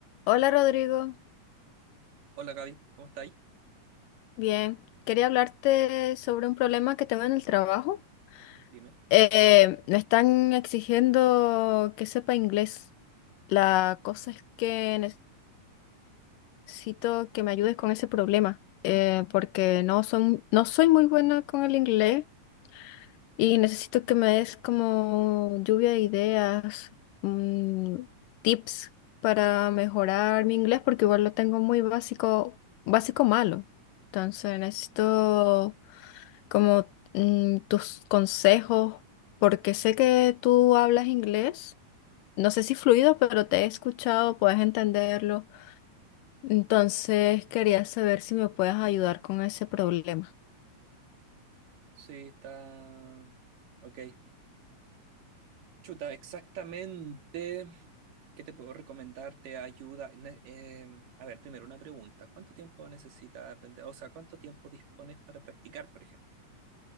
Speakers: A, on the left; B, on the right.
A: Hola Rodrigo,
B: Hola Gaby, ¿cómo estáis?
A: bien. Quería hablarte sobre un problema que tengo en el trabajo.
B: Dime.
A: Eh, me están exigiendo que sepa inglés. La cosa es que necesito que me ayudes con ese problema, eh, porque no son, no soy muy buena con el inglés y necesito que me des como lluvia de ideas, mm, tips para mejorar mi inglés, porque igual lo tengo muy básico, básico malo. Entonces necesito como mm, tus consejos, porque sé que tú hablas inglés, no sé si fluido, pero te he escuchado, puedes entenderlo. Entonces quería saber si me puedes ayudar con ese problema.
B: Sí, está... Ok. Chuta, exactamente. ¿Qué te puedo recomendar? ¿Te ayuda? Ne- em, a ver, primero una pregunta. ¿Cuánto tiempo necesitas aprender? O sea, ¿cuánto tiempo dispones para practicar, por ejemplo?